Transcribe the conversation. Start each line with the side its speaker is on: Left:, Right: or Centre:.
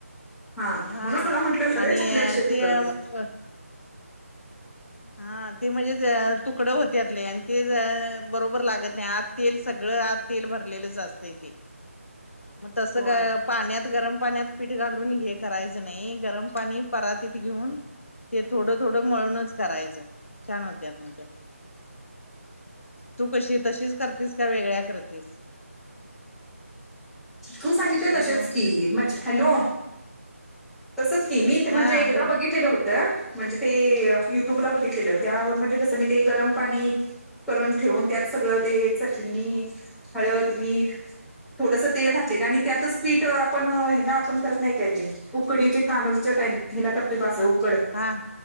Centre: म्हणुन
Left: हा
Centre: तुला म्हटलं मी सगळे
Left: आणि
Centre: चकल्या <unintelligible>
Left: ते हा ते म्हणजे तुक् कडं होते आतले आणि ते बरोबर लागत नाही आज तेल सगळं आज तेल भरलेलं असतं ते मग तसं
Centre: होय
Left: काय पाण्यात गरम पाण्यात पीठ घालुन हे करायचं नाही गरम पाणी परातीत घेऊन ते थोडं थोडं मळुनच करायचं छान होत्यात मग त्या तु कशी तशीच करतीस का वेगळ्या करतीस
Centre: तु सांगितय
Left: हॅलो
Centre: तसेच की म हॅलो तसंच की मी
Left: हा
Centre: म्हणजे एकदा
Left: बोल
Centre: बघितलेलं होतं म्हणजे ते युट्युबला बघितलेलं
Left: हा हा
Centre: त्यावर कस मी ते गरम पाणी करून ठेवुन त्यात सगळ ते चटणी हळद मीठ थोडस तेल घातलेलं आणि
Left: हा
Centre: त्यातच पीठ आपण हे ना आपण करत नाही काय ते उकडीचे कानुलच्या टाइम हिला करते
Left: हा
Centre: बा अस उकड
Left: हा